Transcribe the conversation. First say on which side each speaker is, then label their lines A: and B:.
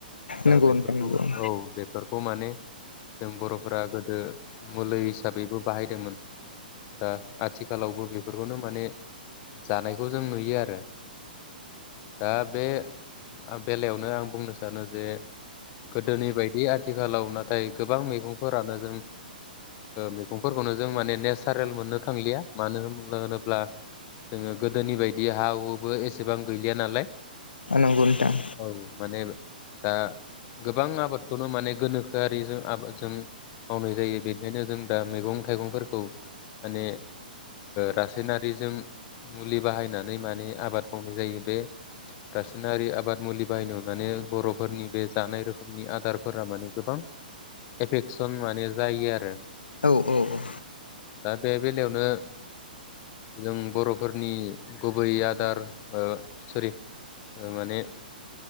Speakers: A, on the left (about 85°); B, on the left (about 35°).
A: नंगौ
B: बेफोरखौ
A: नोंथां नंगौ
B: औ बेफोरखौ माने जों बर'फोरा गोदो मुलै बाहायदोंमोन दा आथिखालावबो बेफोरखौनो माने जानायखौ जों नुयो आरो दा बे बेलायावनो आं बुंनो सानो जे गोदोनि बायदि आथिखालाव नाथाय गोबां मैगंफोरानो जों मैगंफोरखौनो जों माने नेथारेल मोननो थांलिया मानो होन होनोब्ला जोङो गोदोनि बायदि हा हुबो एसेबां गैलिया नाला।
A: नंगौ नोंथां
B: औ माने दा गोबां आबादखौनो माने गोनोखोआरिजों आबादजों मावनाय जायो बेनिखायनो जों दा मैगं थाइगंफोरखौ माने रासायनारिजों मुलि बाहायनानै माने आबाद मावनाय जायो बे रासायनारि आबाद मुलि बाहायनायाव माने बर'फोरनि बे जानाय रोखोमनि आदारफोरा माने गोबां एफेकसन माने जायो आरो।
A: औ औ औ।
B: दा बे बेलायावनो जों बर'फोरनि गुबै आदार सरि माने